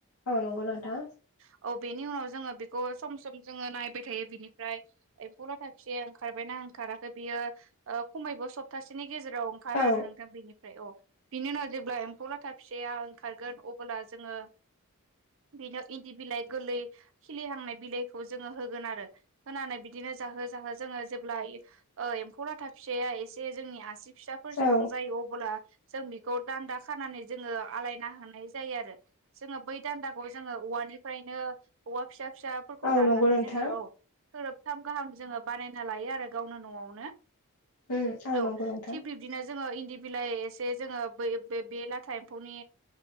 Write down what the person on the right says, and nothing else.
औ। औ बेनि उनाव जोङो बेखौ सम सम जोङो नायबाय थायो बिनिफ्राय एम्फौ लाथा फिसाया ओंखारबायना ओंखाराखै बियो खमैबो सप्तासेनि गेजेर राव ओंखारो
आरो नोंथां बेनि फ्राय अ बिनि उनाव जेब्ला एम्फौ लाथा फिसाया ओंखारगोन अबोब्ला जोङो बिनियाव इन्दि बिलाइ गोरलै खिलिहांनाय बिलाइखौ जोङो होगोन आरो। होनानै बिदिनो जाहो जाहो जोङो जेब्ला इयो ओ एम्फौ लाथा फिसाया एसे जोंनि आसि फिसाफोरसेबां
जायो अबोला जों बेखौ दान्दा खानानै जोङो आलायना होनाय जायो आरो। जोङो बै दान्दाखौ जोङो औवानिफ्रायनो औवा फिसा फिसाफोरखौ
दाननानै
जोङो औ थोरोबथाम गाहाम जोङो बानायना लायो आरो गावनो न'आवनो
औ
थिक बिब्दिनो जोङो इन्दि बिलाइ एसे जोङो बै बे लाथा एम्फौनि